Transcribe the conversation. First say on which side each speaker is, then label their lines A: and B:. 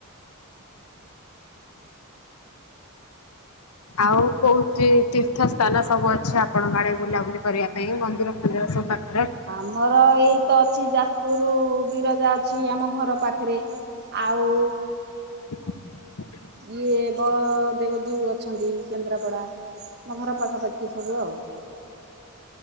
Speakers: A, on the left; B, on the right.
A: ଆଉ କୋଉ ଚି ତୀର୍ଥ ସ୍ଥାନ ସବୁ ଅଛି ଆପଣଙ୍କ ଆଡେ ବୁଲାବୁଲି କରିବା ପାଇଁ ମନ୍ଦିର ଫନ୍ଦିର ସବୁ ପାଖ
B: ଆମର ଏଇ ତ ଅଛି ଯାଜପୁର ବିରଜା ଅଛି ଆମ ଘର ପାଖରେ। ଆଉ
A: <inaudible>
B: ଇଏ ବଦେବଜୀଉ ଅଛନ୍ତି କେନ୍ଦ୍ରାପଡା। ମ ଘର ପାଖାପାଖି ସବୁ ଆଉ।